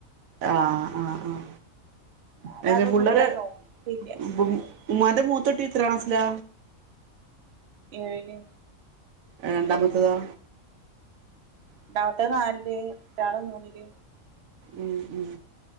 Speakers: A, on the right; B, on the right.
A: ആഹ് ആഹ് ആഹ്
B: ഞാന്
A: എന്തെ
B: അതൊന്നും
A: പുള്ളാര്
B: ഇതുവരെ നോക്കിട്ടില്ല
A: <unintelligible> ഉമ്മാൻ്റെ മൂത്തുട്ടി എത്രാം ക്ലാസ്സിലാ
B: ഏഴില്
A: ഏഹ് രണ്ടാമത്തെതോ
B: ണ്ടാമത്തെ നാലില് മറ്റാള് മൂന്നില്
A: ഉം ഉം